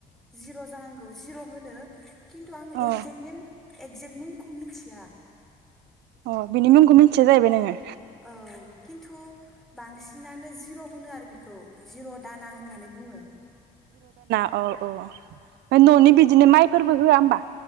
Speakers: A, in the centre; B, on the right (about 80°).
A: जिर' जानांगौ जिर' होनो खिनथु आङो
B: अ
A: एगजेक्टनेम एगजेक्ट मुंखौ मिथिया।
B: अ बिनि मुंखौ मिन्थिया जाहैबाय नोङो।
A: औ खिन्थु बांसिन नानो जिर' होनो आरो बेखौ। जिर' दाना होननानै बुङो।
B: औ औ ओमफ्राय न'नि बिदिनो माइफोरबो होआ होमबा